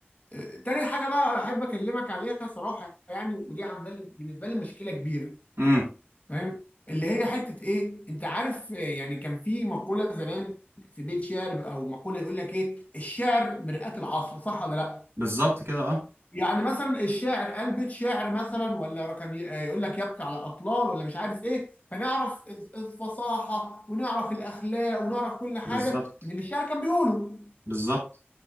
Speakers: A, on the left; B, on the right.
A: آه، تاني حاجه بقى انا احب اكلمك عليها صراحه يعني ودي عامله لي بالنسبه لي مشكله كبيره
B: امم
A: فاهم اللي هي حته ايه انت عارف آه، يعني كان في مقوله زمان في بيت شعر او مقوله يقول لك ايه الشعر مرآة العصر صح ولا لا
B: بالظبط كده اه
A: يعني مثلا الشاعر قال بيت شعر مثلا ولا كان ي- يقول لك يبكي على الاطلال ولا مش عارف ايه فنعرف الف- الفصاحه ونعرف الاخلاق ونعرف كل حاجه
B: بالظبط
A: من اللي الشاعر كان بيقوله
B: بالظبط